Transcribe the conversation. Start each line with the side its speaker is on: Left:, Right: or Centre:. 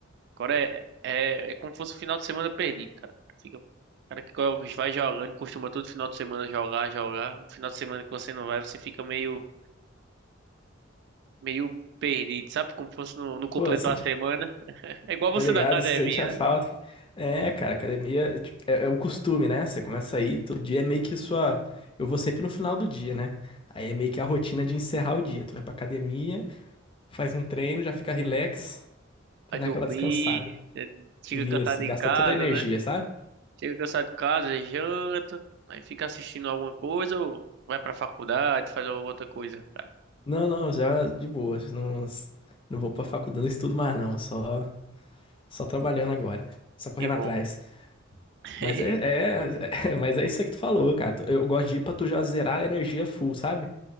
Right: Agora é, é, é como se fosse um final de semana perdido, cara. Fica, o cara que co- vai jogando, costuma todo final de semana jogar, jogar. Um final de semana que você não vai, você fica meio, meio perdido, sabe? Como se fosse não, não completou
Left: Pô, sente
Right: a semana. É igual você
Left: Tô ligado,
Right: da academia,
Left: se sente a falta.
Right: né?
Left: É, cara, academia tipo, é, é o costume, né? Você começa a ir todo dia, é meio que sua. Eu vou sempre no final do dia, né? Aí é meio que a rotina de encerrar o dia. Tu vai pra academia, faz um treino, já fica relax pra
Right: Vai
Left: dar
Right: dormir,
Left: aquela descansada.
Right: é, chega
Left: Isso,
Right: cansado em
Left: gasta
Right: casa,
Left: toda a energia,
Right: né?
Left: sabe?
Right: Chega cansado de casa, janta, aí fica assistindo alguma coisa ou vai pra faculdade, faz alguma outra coisa, cara.
Left: Não, não, já de boa. Não, não vou pra faculdade, não estudo mais, não. Só, só trabalhando agora. Só correndo
Right: Que bom.
Left: atrás.
Right: <laughs>
Left: Mas é, é, <laughs> é- mas é isso aí que tu falou, cara. Eu gosto de ir pra tu já zerar a energia full, sabe?